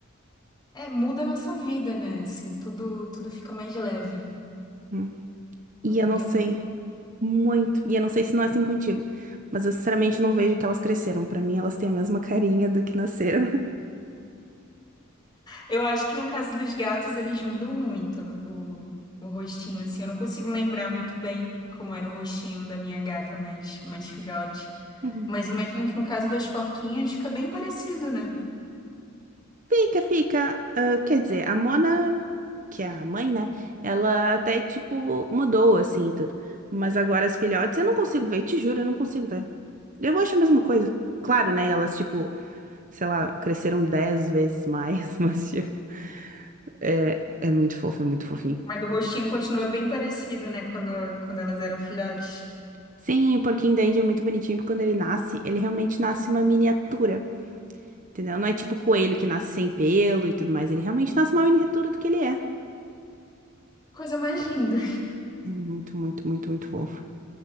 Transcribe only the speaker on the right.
Hum. E
eu não sei
muito. E eu não sei se não é assim contigo. Mas eu sinceramente não vejo que elas cresceram. Pra mim, elas têm a mesma carinha do que nasceram.
<laughs>
Fica, fica. Ah, quer dizer, a Mona, que é a mãe, né? Ela até, tipo, mudou, assim, e tudo. Mas agora as filhotes eu não consigo ver, te juro, eu não consigo ver. Eu acho a mesma coisa. Claro, né? Elas, tipo, sei lá, cresceram dez vezes mais, <laughs> mas, tipo, é, é muito fofo, é muito fofinho.
Sim, o porquinho da Índia é muito bonitinho, porque quando ele nasce, ele realmente nasce uma miniatura, entendeu? Não é tipo coelho que nasce sem pelo e tudo mais, ele realmente nasce uma miniatura do que ele é.
É muito, muito, muito, muito fofo.